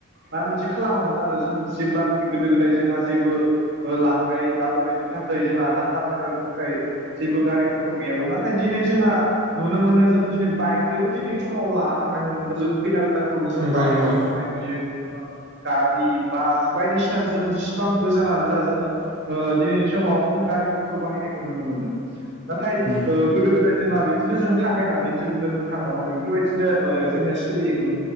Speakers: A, on the right; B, on the right.
A: माबा मोनसे खालामोमोन आरो जों जेब्लानोखि गोदो गोदाय जोंहा जेबो ओ लांनाय लाबोलायनि थाखाय जोंहा हान्था मेलानि थाखाय जेबो गारि मथर गैयामोन नाथाय दिनै जोंहा नुनो मोनो जों दिनै बाइकजोंबो दिनै समाव लाना थांनाय नुनो मोनो जों खैना गोदान खौनो जों
B: नंगौ
A: बाइकआव
B: नंगौ
A: थांनाय नुयो। गारि बास बायदिसिना जों जेसिबां गोजानानो जा जोंङो ओ दिनैनि समाव जों गारि मथर बाहायनायखौ नुनो मोनो नाथाय
B: उम
A: ओ गोदो गोदाय जोंहा बिदिनो जों थाबायनानै जों दोननो थांङोमोन बे फोरबायदिनो ओ जोंनिया सोलियोमोन